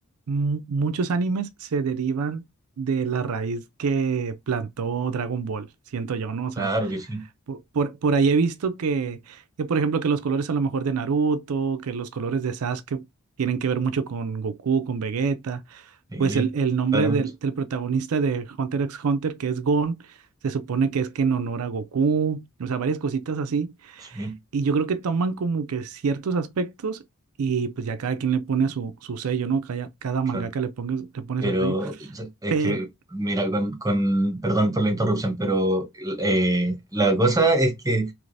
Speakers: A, on the right; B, on the right.
A: mu- muchos animes se derivan de la raíz que plantó Dragon Ball, siento yo, ¿no? O sea,
B: Claro que sí,
A: Por, por, por ahí he visto que, que, por ejemplo, que los colores a lo mejor de Naruto, que los colores de Sasuke tienen que ver mucho con Goku, con Vegeta.
B: sí,
A: Pues el, el nombre
B: claramente,
A: del, del protagonista de Hunter x Hunter, que es Gon, se supone que es que en honor a Goku, o sea, varias cositas así.
B: sí,
A: Y yo creo que toman como que ciertos aspectos y pues ya cada quien le pone su, su sello, ¿no? Cada, cada
B: claro.
A: mangaka le ponga, le pone
B: Pero
A: su sello.
B: o sea, es
A: Pero,
B: que, mira, con, con- perdón por la interrupción, pero eh, la cosa es que,